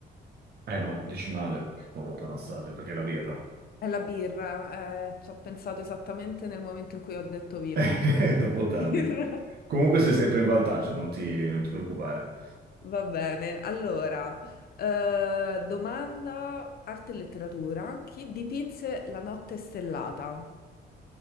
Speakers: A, on the right (about 60°); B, on the left (about 55°).
A: Eh no, dici male, che porata Anastasia, perché è la birra.
B: e la birra. Eh, ci ho pensato esattamente nel momento in cui ho detto vino
A: <laughs> È
B: che poteva
A: troppo tardi.
B: birra. <laughs>
A: Comunque sei sempre in vantaggio, non ti, non ti preoccupare.
B: Va bene, allora, eh, domanda arte e letteratura. Chi dipinse La notte stellata?